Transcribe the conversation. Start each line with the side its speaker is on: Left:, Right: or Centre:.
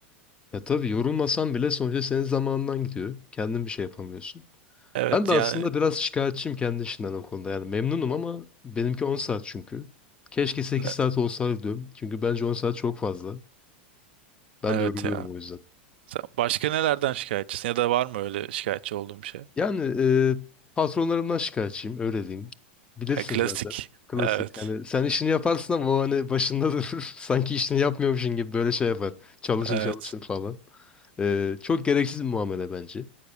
Left: Ya tabii yorulmasan bile sonuçta senin zamanından gidiyor. Kendin bir şey yapamıyorsun.
Right: Evet
Left: Ben de aslında
Right: yani
Left: biraz şikayetçiyim kendi işimden o konuda. Yani memnunum ama benimki 10 saat çünkü. Keşke 8
Right: ne-
Left: saat olsaydı diyorum. Çünkü bence 10 saat çok fazla. Ben
Right: evet
Left: de yoruluyorum
Right: ya.
Left: o yüzden.
Right: Sen başka nelerden şikayetçisin ya da var mı öyle şikayetçi olduğum şey?
Left: Yani e, patronlarımdan şikayetçiyim öyle diyeyim. Bilirsin
Right: Ya, klasik.
Left: zaten. Klasik.
Right: Evet.
Left: Yani sen işini yaparsın ama o hani başında durur. <laughs> Sanki işini yapmıyormuşsun gibi böyle şey yapar. Çalışın
Right: Evet.
Left: çalışın falan. E, çok gereksiz bir muamele bence.